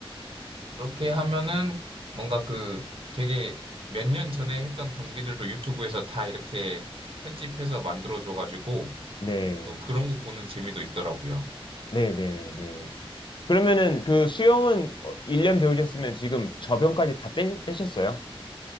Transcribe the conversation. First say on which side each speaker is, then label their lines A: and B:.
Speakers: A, on the right; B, on the left.
A: 그렇게 하면은 뭔가 그 되게 몇 년 전에 했던 경기들도 유튜브에서 다 이렇게 편집해서 만들어 줘가지고,
B: 네.
A: 또 그런 거 보는 재미도 있더라고요.
B: 네네 네. 그러면은 그 수영은 1년 배우셨으면 지금 저변까지 다 떼, 떼셨어요?